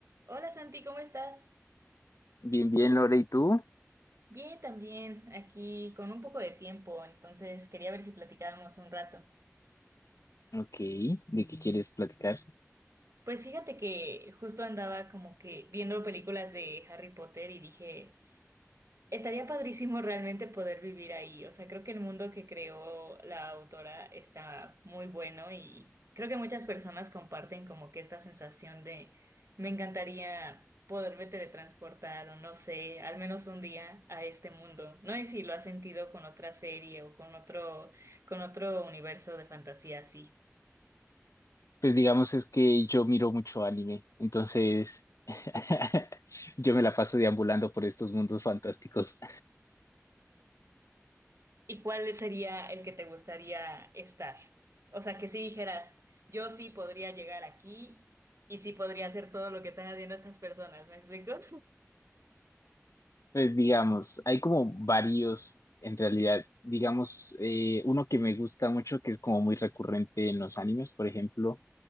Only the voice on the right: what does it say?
Hola Santi, ¿cómo estás?
Bien, también, aquí con un poco de tiempo, entonces quería ver si platicábamos un rato.
Pues fíjate que justo andaba como que viendo películas de Harry Potter y dije, Estaría padrísimo realmente poder vivir ahí. O sea, creo que el mundo que creó la autora está muy bueno y creo que muchas personas comparten como que esta sensación de me encantaría poderme teletransportar o no sé, al menos un día a este mundo. No sé si lo has sentido con otra serie o con otro, con otro universo de fantasía así.
¿Y cuál sería el que te gustaría estar? O sea, que si dijeras, yo sí podría llegar aquí y sí podría hacer todo lo que están haciendo estas personas, ¿me explico? <laughs>